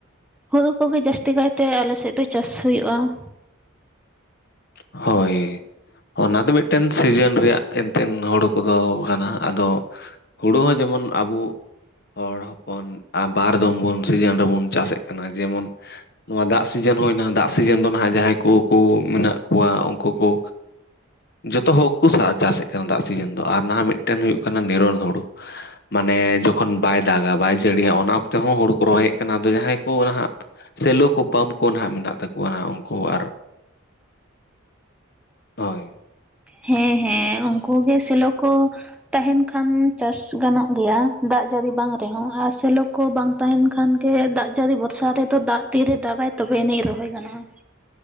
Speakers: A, in the centre; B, on the left.
A: ᱦᱩᱲᱩ ᱠᱚᱜᱮ ᱡᱟᱹᱟᱥᱛᱤ ᱠᱟᱭᱛᱮ ᱟᱞᱮᱥᱮᱫ ᱫᱚ ᱪᱟᱥ ᱦᱩᱭᱩᱜᱼᱟ ᱾
B: ᱦᱳᱭ ᱚᱱᱟ ᱫᱚ ᱢᱤᱫᱴᱮᱱ ᱥᱤᱡᱤᱱ ᱨᱮᱭᱟᱜ ᱮᱱᱛᱮᱫ ᱦᱩᱲᱩ ᱠᱚᱫᱚ ᱠᱟᱱᱟ ᱟᱫᱚ ᱦᱳᱲᱳ ᱦᱚᱸ ᱡᱮᱢᱚᱱ ᱟᱵᱚ ᱦᱚᱲ ᱦᱚᱯᱚᱱ ᱵᱟᱨ ᱫᱚᱢ ᱵᱚᱱ ᱥᱤᱡᱤᱱ ᱨᱮᱵᱚᱱ ᱪᱟᱥ ᱮᱫ ᱠᱟᱱᱟ ᱡᱮᱢᱚᱱ ᱱᱚᱣᱟ ᱫᱟᱜ ᱥᱤᱡᱮᱱ ᱦᱩᱭᱱᱟ ᱫᱟᱜ ᱥᱤᱡᱮᱱ ᱫᱚ ᱱᱟᱦᱟᱸᱜ ᱡᱟᱦᱟᱸᱭ ᱠᱚ ᱠᱚ ᱢᱮᱱᱟᱜ ᱠᱚᱣᱟ ᱩᱱᱠᱩ ᱠᱚ ᱡᱚᱛᱚ ᱦᱚᱲᱠᱚ ᱪᱟᱥᱮᱫ ᱠᱟᱱᱟ ᱫᱟᱜ ᱥᱤᱡᱮᱱ ᱫᱚ ᱟᱨ ᱱᱟᱦᱟᱜ ᱢᱤᱫᱴᱮᱱ ᱦᱩᱭᱩᱜ ᱠᱟᱱᱟ ᱱᱤᱨᱚᱱ ᱦᱩᱲᱳ ᱾ ᱢᱟᱱᱮ ᱡᱚᱠᱷᱚᱱ ᱵᱟᱭ ᱫᱟᱜᱟ ᱵᱟᱭ ᱡᱟᱹᱲᱤᱭᱟ ᱚᱱᱟ ᱚᱠᱛᱮᱚ ᱦᱚᱸ ᱦᱩᱲ ᱠᱚ ᱨᱚᱦᱚᱭᱮᱫ ᱠᱟᱱᱟ ᱟᱫᱚ ᱡᱟᱦᱟᱸᱭ ᱠᱚ ᱦᱟᱜ ᱥᱮᱞᱳ ᱠᱚ ᱯᱟᱢᱯ ᱠᱚ ᱱᱟᱦᱟᱜ ᱢᱮᱱᱟᱜ ᱛᱟᱠᱚᱣᱟ ᱱᱟ ᱩᱱᱠᱩ ᱟᱨ ᱦᱳᱭ ᱾
A: ᱦᱮᱸ ᱦᱮᱸ ᱩᱱᱠᱩ ᱜᱮ ᱥᱮᱞᱚ ᱠᱚ ᱛᱟᱦᱮᱱ ᱠᱷᱟᱱ ᱪᱟᱥ ᱜᱟᱱᱚᱜ ᱜᱮᱭᱟ ᱫᱟᱜ ᱡᱟᱹᱲᱤ ᱵᱟᱝ ᱨᱮᱦᱚᱸ ᱟᱨ ᱥᱮᱞᱚ ᱠᱚ ᱵᱟᱝ ᱛᱟᱦᱮᱱ ᱠᱷᱟᱱ ᱜᱮ ᱫᱟᱜ ᱡᱟᱹᱲᱤ ᱵᱚᱨᱥᱟ ᱨᱮᱫᱚ ᱫᱟᱜ ᱛᱤᱨᱮ ᱫᱟᱜᱟᱭ ᱛᱚᱵᱮ ᱮᱱᱮᱡ ᱨᱚᱦᱚᱭ ᱜᱟᱱᱚᱜᱼᱟ ᱾